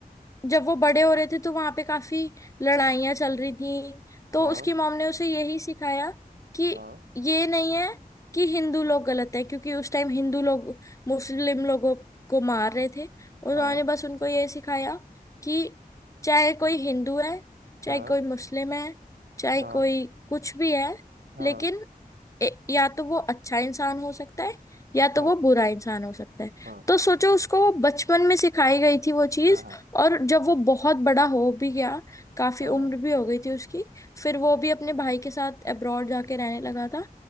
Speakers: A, on the left; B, on the right.
A: जब वो बड़े हो रहे थे तो वहां पे काफी लड़ाइयां चल रही थी तो
B: हाँ
A: उसकी मॉम ने उसे यही सिखाया कि
B: हाँ
A: ये नहीं है कि हिंदू लोग गलत है क्योंकि उस टाइम हिंदू लोग मुस्लिम लोगों को मार रहे थे और उन्होंने
B: हाँ
A: बस उनको ये सिखाया कि चाहे कोई हिंदू है चाहे
B: हाँ
A: कोई मुस्लिम है चाहे
B: हाँ
A: कोई कुछ भी है
B: हाँ
A: लेकिन ए- या तो वो अच्छा इंसान हो सकता है या
B: हाँ
A: तो वो बुरा इंसान हो सकता है
B: हाँ
A: तो सोचो उसको वो बचपन में सिखाई गई थी वो चीज
B: हाँ हाँ हाँ
A: और जब वो बहुत बड़ा हो भी गया काफी
B: हाँ
A: उम्र भी हो गई थी उसकी फिर वो भी अपने भाई के साथ अब्रॉड जाके रहने लगा था